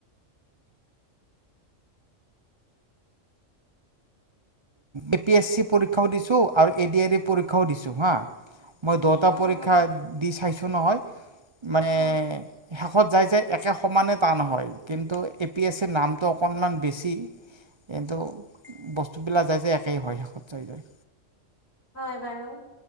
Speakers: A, on the right (about 25°); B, on the left (about 50°).
A: এ পি এছ চি পৰীক্ষাও দিছোঁ আৰু এ ডি আৰ ই পৰীক্ষাও দিছোঁ হা। মই দটা
B: উম,
A: পৰীক্ষা
B: উম,
A: দি চাইছোঁ নহয় মানে
B: উম,
A: শেষত যায় যায় একে সমানে টান হয়। কিন্তু এ পি এছ চিৰ নামটো অকণমান বেছি কিন্তু বস্ত বস্তুবিলাক যাই যায় একেই হয় শেষত যাই যায় যায়।
B: হয় বাৰু